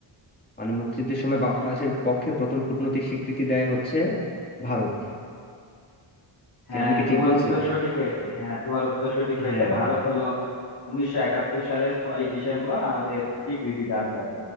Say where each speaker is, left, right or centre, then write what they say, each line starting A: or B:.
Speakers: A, on the left; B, on the left.
A: মানে মুক্তিযুদ্ধের সময় বাংলাদেশের পক্ষে প্রথম কূটনৈতিক স্বীকৃতি দেয় হচ্ছে ভারত
B: হ্যাঁ
A: কি- আমি কি ঠিক
B: তোমার
A: বলছি
B: উত্তর সঠিক হয়েছে হ্যাঁ তোমার উত্তর সঠিক হয়েছে
A: হ্যাঁ
B: ভারত হলো উনিশশো একাত্তর সালের ছয় ডিসেম্বর আমাদের স্বীকৃতি দান করে